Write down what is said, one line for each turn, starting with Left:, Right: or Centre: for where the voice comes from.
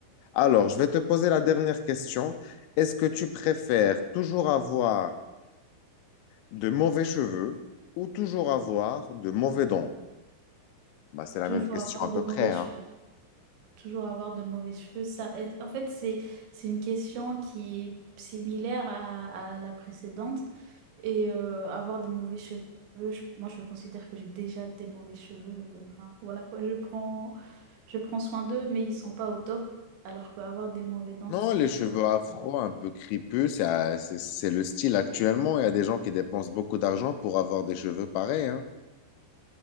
Left: Alors, je vais te poser la dernière question. Est-ce que tu préfères toujours avoir de mauvais cheveux ou toujours avoir de mauvais dents? Bah, c'est la
Right: toujours
Left: même question
Right: avoir
Left: à
Right: de
Left: peu
Right: mauvais
Left: près, hein.
Right: cheveux. toujours avoir de mauvais cheveux. Ça, est- en fait, c'est, c'est une question qui est similaire à, à la précédente. Et euh, avoir des mauvais cheveux, je- moi, je considère que j'ai déjà des mauvais cheveux. euh, Enfin, voilà quoi, je prends, je prends soin d'eux, mais ils sont pas au top. Alors qu'avoir des mauvais dents,
Left: Non,
Right: c'est
Left: les
Right: juste...
Left: cheveux
Right: horrible,
Left: afro,
Right: quoi.
Left: un peu crépus, c'est euh, c'est- c'est le style actuellement. Il y a des gens qui dépensent beaucoup d'argent pour avoir des cheveux pareils, hein.